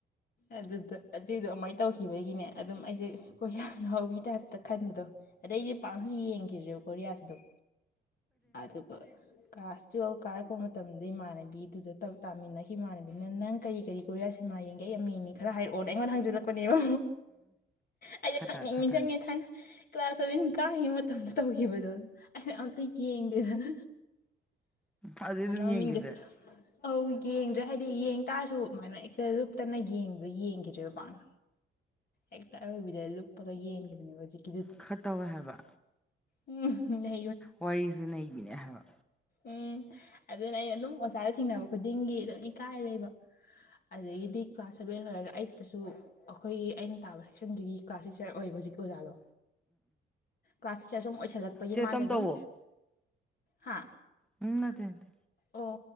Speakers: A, on the left; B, in the centre.
A: ꯑꯗꯨꯗ ꯑꯗꯨꯏꯗꯣ ꯑꯗꯨꯃꯥꯢ ꯇꯧꯈꯤꯕꯒꯤꯅꯦ ꯑꯗꯨꯝ ꯑꯩꯖꯦ ꯀꯣꯔꯤꯌꯥ ꯉꯍꯥꯎꯕꯤ ꯇꯥꯏꯞꯇ ꯈꯟꯕꯗꯣ꯫ ꯑꯗꯩꯗꯤ ꯄꯥꯛꯅꯁꯨ ꯌꯦꯡꯈꯤꯗ꯭ꯔꯦꯕ ꯀꯣꯔꯤꯌꯥꯁꯤ ꯑꯗꯨꯝ ꯑꯗꯨ
B: <inaudible>
A: ꯀ꯭ꯂꯥꯁ ꯇꯨꯌꯦꯜꯞ ꯀꯥꯔꯛꯄ ꯃꯇꯝꯗ ꯏꯃꯥꯟꯅꯕꯤꯗꯨꯗ ꯇꯥꯃꯤꯟꯅꯈꯤ ꯏꯃꯥꯟꯅꯕꯤꯅ ꯅꯪ ꯀꯔꯤ ꯀꯔꯤ ꯀꯣꯔꯤꯌꯥ ꯁꯤꯅꯤꯃꯥ ꯌꯦꯡꯒꯦ ꯑꯩ ꯌꯥꯝ ꯌꯦꯅꯤꯉꯦ ꯈꯔ ꯍꯥꯏꯔꯛꯑꯣ ꯑꯩꯉꯣꯟ ꯍꯪꯖꯜꯂꯛꯄꯅꯦꯕ꯫ ꯑꯩꯖꯦ
B: ꯈꯇ
A: ꯈꯪꯅꯤꯡ
B: ꯈꯇ
A: ꯅꯤꯡꯖꯪꯉꯦ ꯊꯥꯏꯅ ꯀ꯭ꯂꯥꯁ ꯁꯕꯦꯟ ꯀꯥꯒꯤ ꯃꯇꯝꯗ ꯒꯤꯕꯗꯣ ꯑꯩꯩꯅ ꯑꯝꯇ ꯌꯦꯡꯒꯦꯗꯅ
B: ꯑꯗꯨꯗꯩ ꯑꯗꯨꯝ ꯌꯦꯡꯈꯤꯗ꯭ꯔꯦ
A: <unintelligible> ꯑꯧ ꯌꯦꯡꯗ꯭ꯔꯦ ꯍꯥꯏꯗꯤ ꯌꯦꯡ ꯇꯥꯔꯁꯨ ꯑꯗꯨꯃꯥꯏꯅ ꯍꯦꯛꯇ ꯂꯨꯞꯇꯅ ꯌꯦꯡꯕ ꯌꯦꯡꯒꯤꯗ꯭ꯔꯦꯕ ꯄꯥꯛꯅ꯫ ꯍꯦꯛꯇ ꯑꯔꯣꯏꯕꯤꯗ ꯂꯨꯞꯄꯒ ꯌꯦꯡꯒꯤꯕꯅꯦꯕ ꯍꯧꯖꯤꯛ
B: ꯈꯔ ꯇꯧꯋꯦ ꯍꯥꯏꯕ꯫
A: ꯎꯝ <unintelligible>
B: ꯋꯥꯔꯤꯖꯦ ꯅꯩꯕꯤꯅꯦ ꯍꯥꯏꯕ꯫
A: ꯎꯝ ꯑꯗꯨꯅꯦ ꯑꯩꯅ ꯑꯗꯨꯝ ꯑꯣꯖꯥꯗꯣ ꯊꯦꯡꯅꯕ ꯈꯨꯗꯤꯡꯒꯤ ꯑꯗꯨꯝ ꯏꯀꯥꯏꯔ ꯂꯩꯕ꯫ ꯑꯗꯩꯒꯤꯗꯤ ꯀ꯭ꯂꯥꯁ ꯁꯚꯦꯟ ꯂꯣꯏꯔꯒ ꯑꯩꯠꯇꯁꯨ꯫ ꯑꯩꯈꯣꯏꯒꯤ ꯑꯩꯅ ꯇꯥꯕ ꯁꯦꯛꯁꯟꯗꯨꯒꯤ ꯀ꯭ꯂꯥꯁ ꯇꯤꯆꯔ ꯑꯣꯏꯕ ꯍꯧꯖꯤꯛꯀꯤ ꯑꯣꯖꯥꯗꯣ꯫ ꯀ꯭ꯂꯥꯁ ꯇꯤꯆꯔ ꯁꯨꯝ ꯑꯣꯏꯁꯜꯂꯛꯄꯒꯤ
B: ꯆꯦ
A: ꯃꯥꯁꯦꯗꯨꯝ
B: ꯇꯝꯇꯧꯕꯣ
A: ꯍꯥ
B: ꯎꯝ ꯅꯠꯇꯦ ꯅꯠꯇꯦ꯫
A: ꯑꯣ